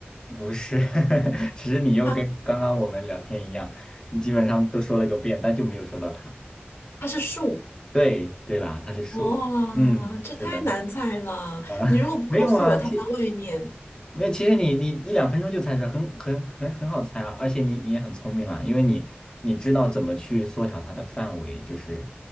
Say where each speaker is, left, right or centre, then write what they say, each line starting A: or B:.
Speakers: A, on the left (about 20°); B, on the left (about 85°).
A: 不是。<laughs> 其实你又跟刚刚我们聊天一样，
B: 它
A: 你基本上都说了个遍，但就没有说到它。
B: 它是树。
A: 对，对啦，它是树。
B: 哇，
A: 嗯，
B: 这太难猜了！
A: 是的，啊、
B: 你如果不告诉我它在外面，
A: <laughs> 没有啊，其没有，其实你你一两分钟就猜出来，很很很很好猜啊，而且你你也很聪明啦，因为你你知道怎么去缩小它的范围，就是，